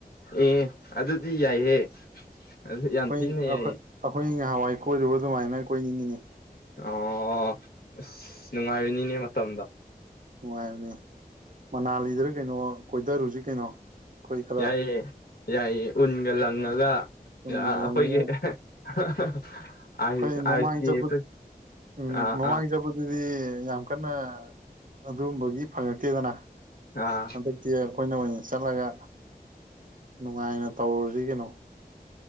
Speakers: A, on the left; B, on the right.
A: ꯑꯦ ꯑꯗꯨꯗꯤ ꯌꯥꯏꯍꯦ ꯑꯗꯨ ꯌꯥꯝ
B: ꯑꯩꯈꯣꯏ
A: ꯊꯤꯅ ꯌꯥꯏꯍꯦ
B: ꯑꯩꯈꯣꯏ ꯅꯍꯥꯟꯋꯥꯏ ꯀꯣꯏꯔꯨꯕ ꯑꯗꯨꯃꯥꯏꯅ ꯀꯣꯏꯅꯤꯡꯉꯤꯅꯤ
A: ꯑꯣ ꯑꯁ ꯅꯨꯡꯉꯥꯏꯔꯤꯅꯤꯅꯦ ꯃꯇꯝꯗꯣ
B: ꯅꯨꯡꯉꯥꯏꯔꯅꯦ ꯃꯅꯥꯂꯤꯗꯔ ꯀꯩꯅꯣ ꯀꯣꯏꯊ ꯍꯧꯖꯤꯛ ꯀꯩꯅꯣ ꯑꯩꯈꯣꯏ ꯈꯔ
A: ꯌꯥꯏꯌꯦꯦ ꯌꯥꯏ ꯎꯟꯒ ꯂꯪꯉꯒ
B: ꯄꯨꯟꯒ
A: ꯑꯩꯈꯣꯏꯒꯤ
B: ꯂꯪꯉꯒ
A: <inaudible>
B: ꯑꯩꯈꯣꯏ ꯃꯃꯥꯡ
A: ꯑꯥꯏꯁꯀꯤ
B: ꯆꯠꯄ
A: ꯑꯩꯈꯣꯏ
B: ꯎꯝ
A: ꯑꯥ
B: ꯃꯃꯥꯡ
A: ꯑꯥ
B: ꯆꯠꯄꯗꯨꯗꯤ ꯌꯥꯝ ꯀꯟꯅ ꯑꯗꯨꯒꯝꯕꯒꯤ ꯐꯪꯉꯛꯇꯦꯗꯅ
A: ꯑꯥ
B: ꯑꯗꯛꯇ ꯑꯩꯣꯏꯅ ꯑꯣꯏꯣꯏꯅꯦ ꯆꯠꯂꯒ ꯅꯨꯡꯉꯥꯏꯅ ꯇꯧꯔꯨꯁꯤ ꯀꯩꯅꯣ